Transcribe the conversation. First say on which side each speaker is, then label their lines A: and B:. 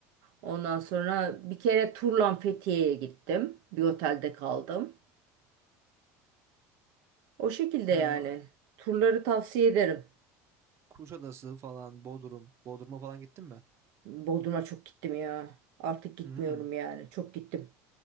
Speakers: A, on the right; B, on the right.
A: Ondan sonra bir kere turla Fethiye'ye gittim. Bir otelde kaldım. O şekilde
B: Yani
A: yani. Turları tavsiye ederim.
B: Kuşadası falan Bodrum. Bodrum'a falan gittin mi?
A: Bodrum'a çok gittim ya. Artık gitmiyorum
B: Hı hı.
A: yani. Çok gittim.